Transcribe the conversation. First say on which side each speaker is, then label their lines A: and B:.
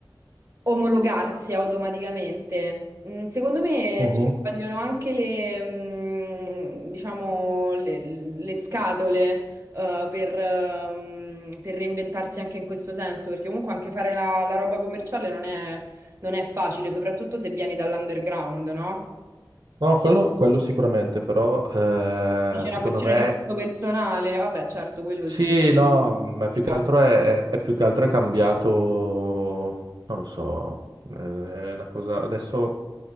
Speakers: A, on the right (about 35°); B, on the right (about 65°).
A: omologarsi automaticamente. Mm, Secondo me
B: Mhm.
A: ci vogliono anche le, mm, diciamo, le, le scatole, eh, per, ehm, per reinventarsi anche in questo senso, perché comunque anche fare la, la roba commerciale non è, non è facile, soprattutto se vieni dall'underground, no?
B: No, quello, quello sicuramente, però eh,
A: Sì, C'è una
B: secondo
A: questione
B: me
A: di gusto personale, vabbè, certo, quello
B: Sì,
A: sì, eh,
B: no, ma
A: mi
B: più
A: capita.
B: che altro è, è- è più che altro è cambiato, non lo so, è una cosa, adesso